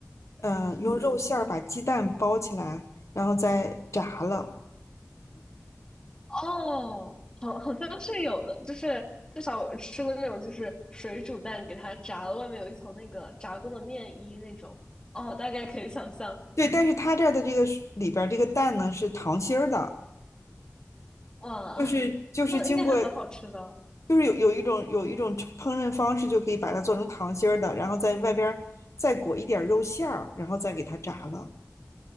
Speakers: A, on the left; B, on the left.
A: 呃用肉馅儿把鸡蛋包起来，
B: 嗯，
A: 然后再炸了。
B: 哦，好，好像是有的，就是至少我吃过那种就是水煮蛋，给它炸了，外面有一层那个炸过的面衣那种。哦，大概可以想象。
A: 对，但是它这儿的这个是里边儿这个蛋呢是糖心儿的，
B: 哇，
A: 就是就是经过，
B: 那应该还蛮好吃的
A: 就是有有一种有一种烹饪方式，就可以把它做成糖心儿的，然后在外边儿再裹一点儿肉馅儿，然后再给它炸了。